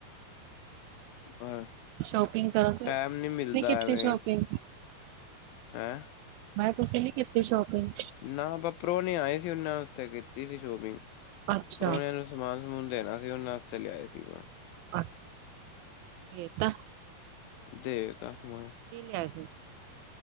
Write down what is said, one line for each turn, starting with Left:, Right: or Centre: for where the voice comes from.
Left: ਹਾਂ,
Right: ਸ਼ੋਪਿੰਗ ਕਰੋਗੇ
Left: ਟਾਈਮ
Right: ਨਹੀਂ
Left: ਨਹੀ ਮਿਲਦਾ
Right: ਕੀਤੀ
Left: ਐਵੇਂ।
Right: ਸ਼ੋਪਿੰਗ
Left: ਹੈਂ
Right: ਮੈਂ ਕਿਹਾ ਤੁਸੀਂ ਨੀ ਕੀਤੀ ਸ਼ੋਪਿੰਗ?
Left: ਨਾ ਆਪਾਂ ਪਰੋਣੇ ਨੇ ਆਏ ਸੀ ਉਹਨਾਂ ਵਾਸਤੇ ਕੀਤੀ ਸੀ ਸ਼ੋਪਿੰਗ।
Right: ਅੱਛਾ
Left: ਪਰੋਣੇ ਨੂੰ ਸਮਾਨ-ਸਮੂਨ ਦੇਣਾ ਸੀ ਉਹਨਾਂ ਆਸਤੇ ਲਿਆਏ ਸੀ।
Right: <unintelligible> ਦੇ ਤਾ
Left: ਦੇਤਾ ਹਾਂ।
Right: ਕੀ ਲਿਆਏ ਸੀ?